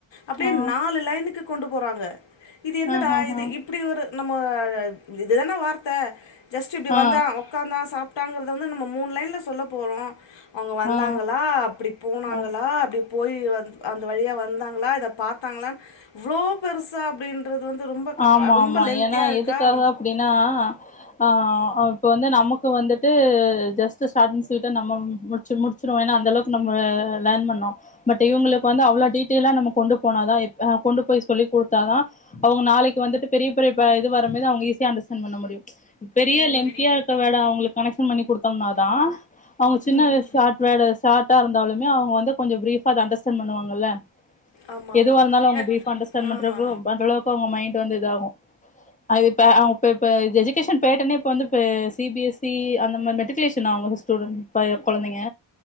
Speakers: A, on the left; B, on the left.
A: அப்டியே
B: ஆ
A: நாலு லைனுக்கு கொண்டு போறாங்க இது என்னடா
B: ஆ ஆ
A: இது
B: ஆ
A: இப்டி ஒரு நம்ம இதுதான வார்த்த ஜஸ்ட் இப்டி
B: ஆ
A: வந்தா உக்காந்தா சாப்ட்டாங்றத வந்து நம்ம மூணு லைன்ல சொல்ல போறோ அவுங்க வந்தாங்களா
B: ஆ
A: அப்டி போனாங்களா
B: ஆ
A: அப்டி போய் வந் அந்த வழியா வந்தாங்ளா இத பாத்தாங்ளான் இவ்ளோ பெருசா அப்டின்றது வந்து ரொம்ப க-
B: ஆமா
A: ரொம்ப
B: ஆமா
A: லென்த்தியா
B: ஏனா
A: இருக்கா
B: எதுக்காக அப்டினா ஆ இப்ப வந்து நமக்கு வந்துட்டு ஜஸ்ட்டு சாட் அன் ஸ்வீட்டா நம்மம் முட்ச்சு முட்ச்சிருவோ ஏனா அந் தளவுக்கு நம்ம லேர்ன் பண்ணோ பட் இவுங்குளுக்கு வந்து அவ்ளோ டீட் டெய்லா நம்ம கொண்டு போனாதா கொண்டு போய் சொல்லிக் குடுத்தாதா அவுங்க நாளைக் இப்ப வந்துட்டு பெரிய பே இது வரமோதே அவுங்க ஈஸியா அண்டர்ஸ்டாண்ட் பண்ண முடியு பெரிய
A: ம்
B: லென்த்தியா இர்க்க வேர்ட அவுங்குளுக் கனெக்ஷன் பண்ணி குடுத்தோம்னாதா அவுங்க சின்ன
A: ம்
B: வய்ஸ் ஷார்ட் வேர்ட ஷாட்டா இருந்தாலுமே அவுங்க வந்து கொஞ்சோ ப்ரீஃபா அத அண்டர்ஸ்டாண்ட் பண்ணுவாங்கல்ல
A: ஆமா
B: எதுவா
A: ஆமா
B: இருந்தாலு அவங்க
A: அ
B: ப்ரீஃபா அண்டர்ஸ்டாண்ட் பண்றப்போ
A: ஆமா
B: பண்றளவுக் மைண்ட்டு வந்து இதாகு அது இப்ப அவுங்க இப்ப இப்ப இது எஜுகேஷன் பேட்டனே இப்ப வந்துப்ப சி பி எஸ் இ அந்த மாரி மெர்ட்டிக்குலேஷனா அவுங்க ஸ்டூடெண்ட் ப கொழந்தைங்க